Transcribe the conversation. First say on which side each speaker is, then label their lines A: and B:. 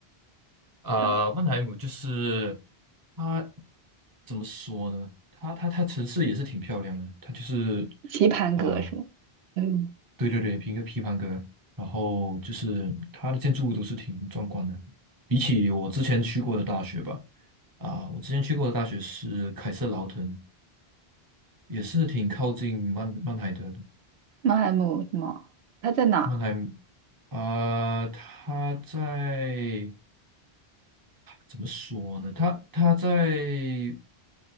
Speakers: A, on the right; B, on the right.
A: 呃，
B: 的
A: 曼海姆就是它，怎么说呢？它它它城市也是挺漂亮的，它就是
B: 棋盘格是吗？
A: 啊、
B: 嗯，
A: 对对对，一个批判哥，然后就是它的建筑物都是挺壮观的，比起我之前去过的大学吧。啊，我之前去过的大学是凯瑟劳滕，也是挺靠近曼曼海德的。
B: 曼海姆什么？它在哪
A: 曼海啊、他在怎么说呢？他他在